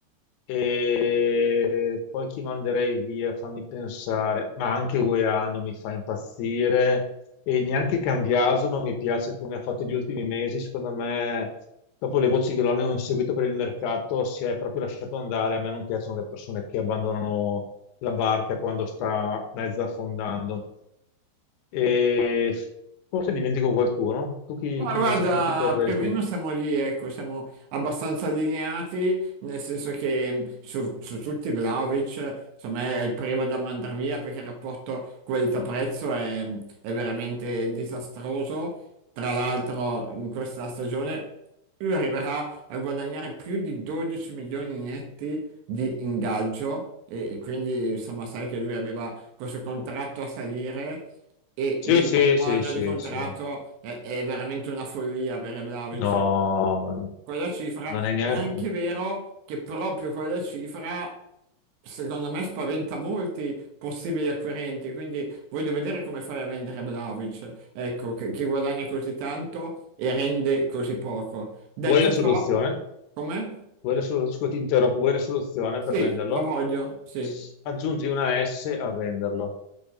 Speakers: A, on the left (about 70°); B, on the right (about 70°).
A: E poi chi manderei via? Fammi pensare, ma anche UEA non mi fa impazzire e neanche Cambiaso non mi piace come ha fatto gli ultimi mesi. Secondo me, dopo le voci che lo hanno seguito per il mercato, si è proprio lasciato andare. A me non piacciono le persone che abbandonano la barca quando sta mezza affondando. E forse dimentico qualcuno. Tu chi,
B: Ma
A: chi
B: guarda,
A: invece te- chi terresti?
B: più o meno siamo lì, ecco, siamo abbastanza allineati, nel senso che mm, su, su tutti Vlahovic, secondo me è il primo da mandare via perché il rapporto qualità-prezzo è, è veramente disastroso. Tra l'altro in questa stagione lui arriverà a guadagnare più di 12 milioni netti di ingaggio e, e quindi insomma sai che lui aveva questo contratto a salire e
A: Sì,
B: nell'ultimo
A: sì, sì,
B: anno
A: sì,
B: di contratto
A: sì.
B: è, è veramente una follia per Vlahovic.
A: No, ma
B: Quella cifra
A: non è neanche.
B: è anche vero che proprio quella cifra, secondo me, spaventa molti possibili acquirenti. Quindi voglio vedere come fai a vendere Vlahovic, ecco, che, che guadagna così tanto e rende così poco. Detto
A: Vuoi la
B: ciò,
A: soluzione?
B: come?
A: Vuoi la solu- scusa, ti interrompo, vuoi la soluzione
B: Sì,
A: per venderlo?
B: lo voglio, sì.
A: S- Aggiungi una S a venderlo.